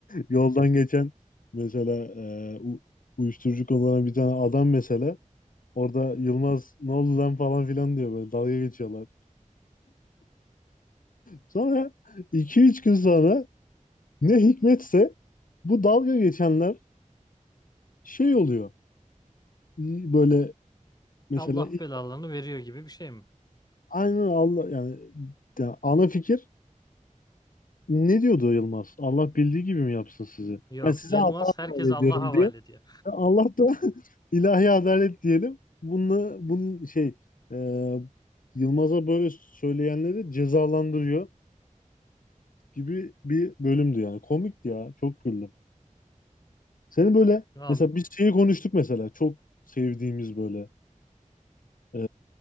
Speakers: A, on the left; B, on the left.
A: Yoldan geçen mesela e, u- uyuşturucu kullanan bir tane adam mesela orada Yılmaz ne oldu lan falan filan diyor böyle dalga geçiyorlar. Sonra iki üç gün sonra ne hikmetse bu dalga geçenler şey oluyor. İyi Böyle mesela
B: Allah
A: ilk-
B: belalarını veriyor gibi bir şey mi?
A: aynen Allah yani, yani ana fikir Ne diyordu Yılmaz? Allah bildiği gibi mi yapsın sizi?
B: Yok.
A: Ben size
B: Yılmaz
A: Allah'a
B: herkes
A: emanet
B: Allah'a
A: ediyorum
B: havale
A: diyor.
B: ediyor.
A: Allah da <laughs> ilahi adalet diyelim. Bununla, bunun şey e, Yılmaz'a böyle söyleyenleri cezalandırıyor gibi bir bölümdü yani. Komikti ya. Çok güldüm. Senin böyle
B: Abi
A: mesela biz şeyi konuştuk mesela. Çok sevdiğimiz böyle e,